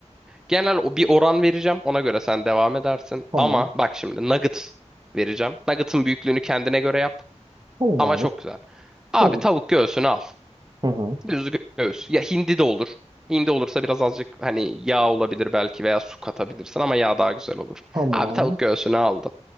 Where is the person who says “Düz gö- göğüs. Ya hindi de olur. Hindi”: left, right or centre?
Centre